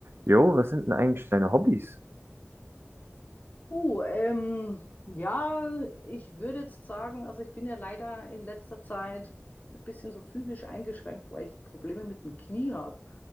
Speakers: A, on the right; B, on the left.
A: Jo, was sind denn eigentlich deine Hobbys?
B: Oh, ähm, ja, ich würde jetzt sagen, also ich bin ja leider in letzter Zeit ein bisschen so physisch eingeschränkt, weil ich Probleme mit dem Knie habe.